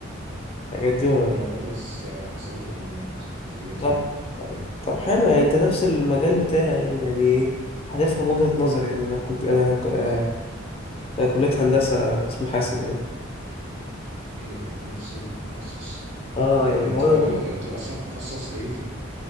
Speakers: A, on the left; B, on the right.
A: الحاجات دي ولا
B: انا بدرس آه، حاسبات ومعلومات في كليه
A: طب
B: ايه؟
A: طب حلو يعني انت نفس المجال بتاعي يعني يعني إيه؟ هتفهم وجهة نظري يعني انا كمبي... انا ك- آه،
B: اه
A: كلية هندسة قسم حاسب يعني
B: ايه ده يعني نفس التخصص
A: اه
B: طب
A: يعني
B: انت
A: هو انا
B: انت
A: بقول
B: اصلا تخصصت ايه في